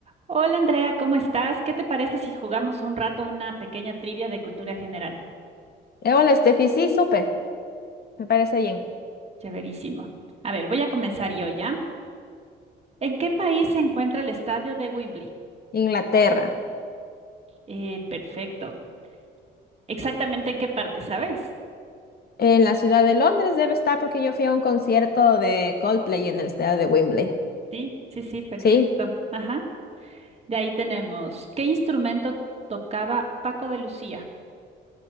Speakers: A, on the right (about 30°); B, on the left (about 50°).
A: Hola Andrea, ¿cómo estás? ¿Qué te parece si jugamos un rato una pequeña trivia de cultura general?
B: Eh, hola, Steffi, sí, supe, me parece bien.
A: Chéverísimo. A ver, voy a comenzar yo ya. ¿En qué país se encuentra el estadio de Wembley?
B: Inglaterra.
A: Eh, perfecto. ¿Exactamente en qué parte, sabes?
B: En la ciudad de Londres debe estar porque yo fui a un concierto de Coldplay en el estadio de Wembley.
A: Sí, sí, sí, perfecto.
B: ¿Sí?
A: Ajá. De ahí tenemos, ¿qué instrumento tocaba Paco de Lucía?